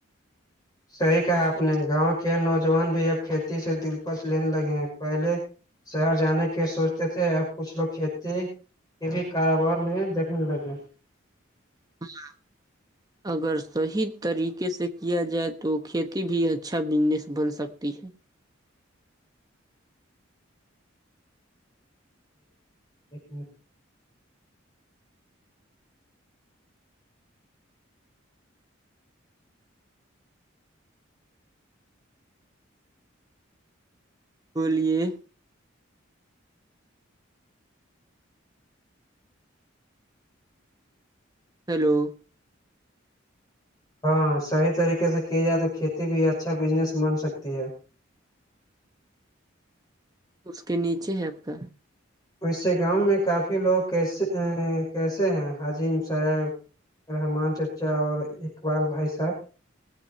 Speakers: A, on the left; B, on the right.
A: صحیح کہا آپ نے گاؤں کے نوجوان بھی اب کھیتی سے دلپش لینے لگے ہیں پہلے شہر جانے کے سوچتے تھے اب کچھ لوگ کھیتی کسی کاروبار میں دیکھنے لگے
B: <inaudible> اگر صحیح طریقے سے کیا جائے تو کھیتی بھی اچھا بزنس بن سکتی ہے
A: ہمم
B: بولیے ہیلو
A: ہاں صحیح طریقے سے کی جائے تو کھیتی بھی اچھا بزنس بن سکتی ہے
B: اس کے نیچے ہے اب کا
A: ویسے گاؤں میں کافی لوگ کیسے آں کیسے ہیں عظیم صاحب رحمان چچا اور اقبال بھائی صاحب